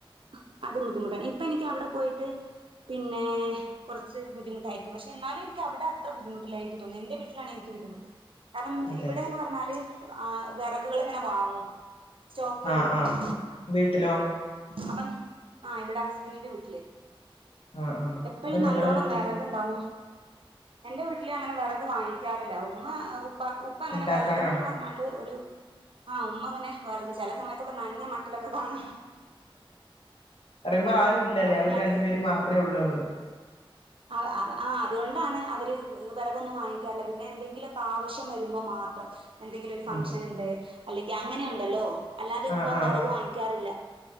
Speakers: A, on the right (about 70°); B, on the left (about 75°).
A: ആഹ് അതും ബുദ്ധിമുട്ടാണ് ഇപ്പ എനിക്ക് അവിടെ പോയിട്ട് പിന്നെ കൊർച്ച് ബുദ്ധമുട്ടായിരിക്കും പക്ഷെ എന്നാലും എനിക്കവിടെ അത്ര ബുദ്ധമുട്ടില്ല എനിക്ക് തോന്നി എന്റെ വീട്ടിലാണെനിക്ക് ബുദ്ധിമുട്ട്. കാരണം
B: അതെ
A: ഇവിടെന്ന് പറഞ്ഞാല് ആഹ് വെറകുകൾ ഇങ്ങനെ വാങ്ങും. സ്റ്റോക്കെയ്ത്
B: ആഹ്
A: വെക്കും.
B: ആഹ് വീട്ടിലോ
A: അപ്പം ആഹ് ഇവിടെ ഹസ്ബന്റിന്റെ വീട്ടില്.
B: ആഹ് ആഹ്
A: എപ്പഴും
B: അപ്പൊ നിങ്ങളെ
A: നല്ലോണം
B: വീട്ടിലോ
A: വെറക്ണ്ടാവും എന്റെ വീട്ടില് അങ്ങനെ വെറക് വാങ്ങി ക്കാറില്ലാ ഉമ്മ ഉപ്പ ഉപ്പ അങ്ങനെ
B: ഇണ്ടാക്കാറാണോ
A: വെറകിനന്ന് പർഞ്ഞാണ്ട് ഒരു ആഹ് ഉമ്മ അങ്ങനെ വെർക് ചെലെ സമയത്തൊക്കെ നനഞ്ഞ മട്ടലൊക്കെ കാണാ
B: പറയുമ്പോ ആരുല്ലാല്ലേ
A: അപ്പൊ
B: അവര്
A: ഞാന്
B: രണ്ടു പേര് മാത്രേള്ളു അവിടെ.
A: ആഹ് ആഹ് അതുകൊണ്ടാണ് അവര് വെറകൊന്നും വാങ്ങിക്കാത്തേ പിന്നെ എന്തെങ്കിലൊക്കെ ആവശ്യം വരുമ്പോ മാത്രം. എന്തെങ്കിലും ഒരു ഫംഗ്ഷൻ
B: അതെ
A: ഇണ്ട് അല്ലെങ്കി അങ്ങനെ ഉണ്ടല്ലോ? അല്ലാതെ
B: ആഹ്
A: ഇപ്പം
B: ആഹ്
A: വെർക് വാങ്ങിക്കാറില്ലാ